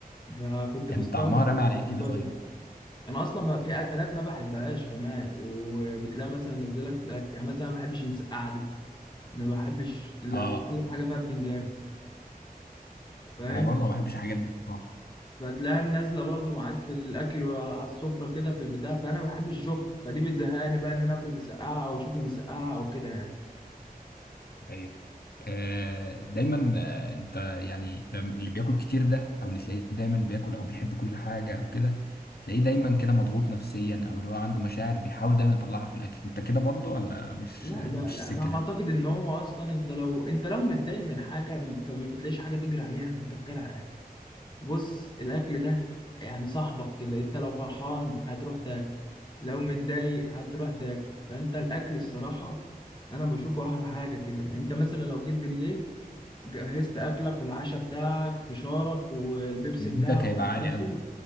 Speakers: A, on the left; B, on the left.
A: فكنت
B: يعني
A: مستغرب
B: طعمها رامي
A: من
B: على ايه
A: الموضوع
B: كده طيب
A: ده انا اصلا ما في اكلات ما بحبهاش كمان وبتلاقي مثلا نزلك في الاكل يعني مثلا ما بحبش المسقعه دي ما بحبش لا
B: اه
A: اي حاجه فيها بتنجان فاهم
B: انا برضه ما بحبش الحاجات دي بصراحة
A: فتلاقيها نازله برضو معاك في الاكل وعلى السفره كده في البتاع فانا ما بحبش اشوفها فدي بتزهقني بقى ان انا اكل مسقعه او اشوف المسقعه او كده يعني
B: ايوه آه دايما آه انت يعني لم- اللي بياكل كتير ده او اللي تلاقيه دايما بياكل او بيحب كل حاجة او كده تلاقيه دايما كده مضغوط نفسيا او اللي هو عنده مشاعر بيحاول دايما يطلعها في الاكل انت كده برضه ولا مش
A: لا
B: مش
A: لا لا
B: السكة
A: انا
B: ده
A: اعتقد ان هو اصلا انت لو انت لو متضايق من حاجه فما بتلاقيش حاجه تجري عليها فبتروح جري على الاكل بص الاكل ده يعني صاحبك كده انت لو فرحان هتروح تاكل لو متضايق هتروح تاكل فانت الاكل الصراحه انا بشوفه احلى حاجه كده يعني انت مثلا لو جيت بالليل جهزت اكلك والعشاء بتاعك فشارك والبيبسي
B: ده
A: بتاعك
B: هيبقى
A: ورحت
B: عالي
A: داخل
B: قوي.